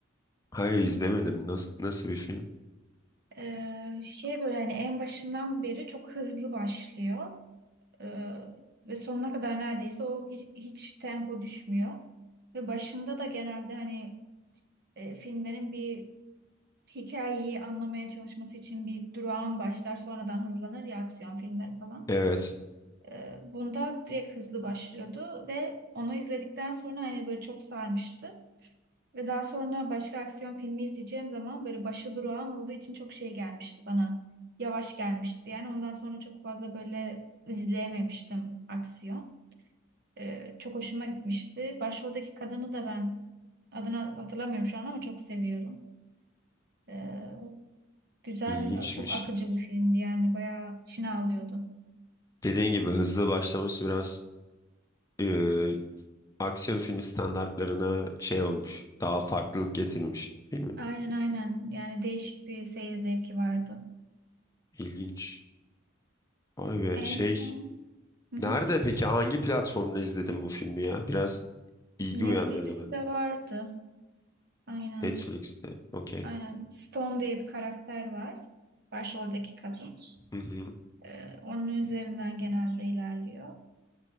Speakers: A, on the left; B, on the right.
A: Hayır izlemedim. Nasıl, nasıl bir film?
B: E, şey böyle hani en başından beri çok hızlı başlıyor. E, ve sonuna kadar neredeyse o hiç, hiç tempo düşmüyor. Ve başında da genelde hani e, filmlerin bir hikayeyi anlamaya çalışması için bir durağan başlar sonradan hızlanır ya aksiyon filmleri falan.
A: Evet,
B: E, bunda direkt hızlı başlıyordu ve onu izledikten sonra hani böyle çok sarmıştı. Ve daha sonra başka aksiyon filmi izleyeceğim zaman böyle başı durağan olduğu için çok şey gelmişti bana. Yavaş gelmişti. Yani ondan sonra çok fazla böyle izleyememiştim aksiyon. E, çok hoşuma gitmişti. Başroldeki kadını da ben adını hatırlamıyorum şu an ama çok seviyorum. E, Güzel
A: ilginçmiş.
B: bir, çok akıcı bir filmdi yani. Bayağı içine alıyordu.
A: Dediğin gibi hızlı başlaması biraz e, aksiyon filmi standartlarına şey olmuş. Daha farklılık getirmiş filmin.
B: Aynen aynen. Yani değişik bir seyir zevki vardı.
A: İlginç. Vay be
B: En
A: şey
B: son hı hı.
A: nerede peki hangi platformda izledin bu filmi ya? Biraz ilgi
B: Netflix'te
A: uyandırdı bende.
B: vardı. Aynen.
A: Netflix'te. Okey.
B: Aynen. Stone diye bir karakter var. Başroldeki kadın.
A: Hı hı.
B: Ee, onun üzerinden genelde ilerliyor.